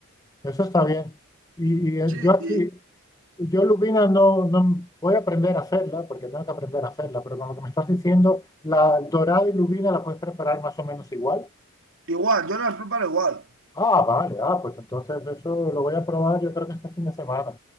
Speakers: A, on the left; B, on the right.
A: eso está bien. Y, y, eh,
B: sí,
A: yo aquí,
B: y-
A: yo lubina no, no voy a aprender a hacerla, porque tengo que aprender a hacerla, pero con lo que me estás diciendo, la dorada y lubina la puedes preparar más o menos igual.
B: igual, yo las preparo igual.
A: Ah, vale, ah, pues entonces eso lo voy a probar yo creo que este fin de semana,